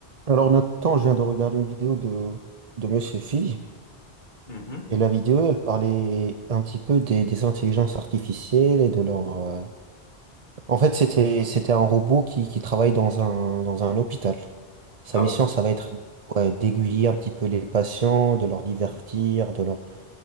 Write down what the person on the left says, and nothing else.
Mmh
Ah
ouais?